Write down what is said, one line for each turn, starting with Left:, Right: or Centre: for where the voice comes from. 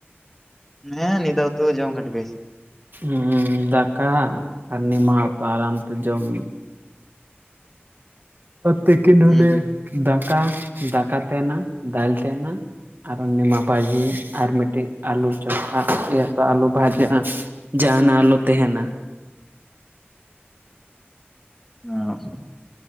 Centre: ᱦᱮᱸ ᱱᱤᱫ ᱛᱚ ᱡᱚᱢ ᱠᱟᱴᱴᱤ ᱯ
Right: ᱦ ᱫᱟᱠᱟ ᱟᱨ ᱱᱤ ᱢᱛᱟᱨᱛᱮ ᱡᱚᱢ ᱛᱮᱠᱤᱱᱦᱮ
Centre: ᱦᱩᱸ
Right: ᱫ ᱠᱟ ᱫᱟᱠᱟ ᱛᱟᱦᱮᱱᱟ ᱫᱟᱭ ᱛᱟᱦᱮᱱᱟ ᱟᱨᱚ ᱱᱤᱢᱟ ᱵᱷᱷᱟᱡᱤ ᱟᱨ ᱢᱤᱫᱴᱤᱡ ᱟᱞᱩ ᱪᱯᱷᱟ ᱞᱩ ᱵᱷᱟᱡᱟ ᱡᱟᱦᱟᱱᱟᱜ ᱟᱞᱚ ᱛᱟᱦᱮᱱᱟ
Centre: ᱦ